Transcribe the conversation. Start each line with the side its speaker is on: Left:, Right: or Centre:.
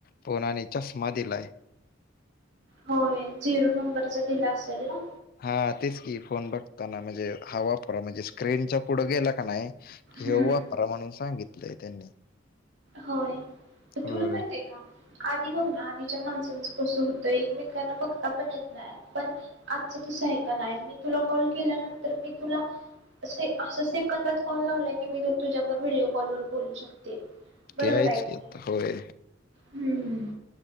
Left: फोन आणि चष्मा दिला आहे.
Right: होय झिरो नंबरचा दिला असेल ना?
Left: हा तेच फोन बघताना म्हणजे हा वापरा म्हणजे स्क्रीनचा पुढं गेला का नाही किंवा
Right: हम्म
Left: वापरा म्हणून सांगितले. त्यांनी
Right: होय. अ
Left: होय.
Right: तुला माहिते का आधी बघ ना आधीच्या माणसाचं कसं हुतं एकमेकांना बघता पण येत नाय पण आजच तसं हाय का नाय मी तुला कॉल केल्यानंतर मी तुला असे असं सेकंदात कॉल लावला की मी तुझ्या बरोबर व्हिडिओ कॉल वर बोलू शकते. बरोबर
Left: ते आहेच
Right: आहे का
Left: की
Right: नाही
Left: होय
Right: हम्म